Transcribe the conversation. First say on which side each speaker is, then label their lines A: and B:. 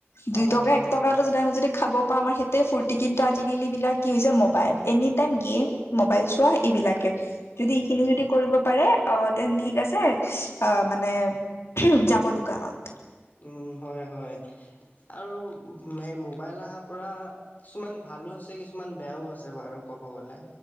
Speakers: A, on the left; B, on the left.
A: দুই
B: অ
A: টকা
B: হয়
A: এক টকাটো
B: হয়
A: যদি আমি যদি - খাব পাম আ' সেইটোৱে ফুৰ্তি। কিন্তু আজিকালিবিলাক কি হৈছে, ম'বাইল, এনিটাইম গেম - ম'বাইল ছোৱা এইবিলাকে। যদি এইখিনি যদি কৰিব পাৰে আ' দেন থিক আছে। অ' - মানে যাব দোকানত।
B: উম, হয় হয়। আৰু মে-ম'বাইল আহা পৰা - কিছুমান ভালো আছে, কিছুমান বেয়াও আছে বাৰু ক'ব গ'লে।